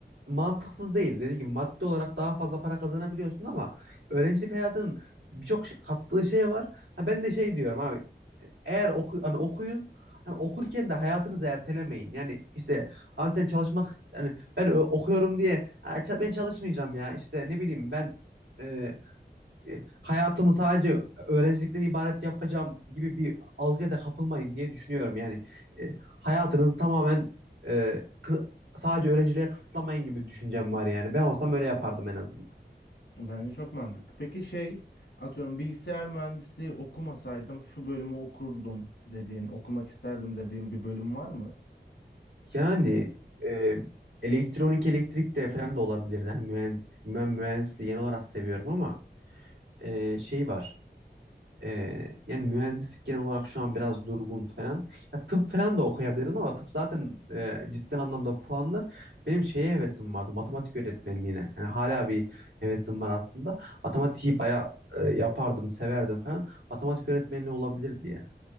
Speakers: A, on the right (about 80°); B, on the left (about 80°).
A: mantıksız değil. Dediğim gibi maddi olarak daha fazla para kazanabiliyorsun ama öğrencilik hayatının birçok şey- kattığı şey var. Ha ben de şey diyorum abi eğer oku, hani okuyun hani okurken de hayatınızı ertelemeyin. Yani işte abi sen çalışmak yani ben ö- okuyorum diye "Ha, ça- ben çalışmayacağım ya işte ne bileyim ben e, e, hayatımı sadece öğrencilikten ibaret yapacağım gibi bir algıya da kapılmayın diye düşünüyorum. Yani e, hayatınızı tamamen e, kı- sadece öğrenciliğe kısıtlamayın gibi düşüncem var yani. Ben olsam öyle yapardım en azından.
B: Bence çok mantıklı. Peki şey atıyorum bilgisayar mühendisliği okumasaydım şu bölümü okurdum dediğin, okumak isterdim dediğin bir bölüm var mı?
A: Yani e, elektronik elektrik de falan da olabilir. Yani mühendislik, ben mühendisliği genel olarak seviyorum ama e, şey var. Ee, yani mühendislik genel olarak şu an biraz durgun falan. Ya tıp falan da okuyabilirim ama tıp zaten e, ciddi anlamda puanlar. Benim şeye hevesim vardı matematik öğretmenliğine. Yani hala bir hevesim var aslında. Matematiği bayağı e, yapardım, severdim falan. Matematik öğretmenliği olabilirdi ya.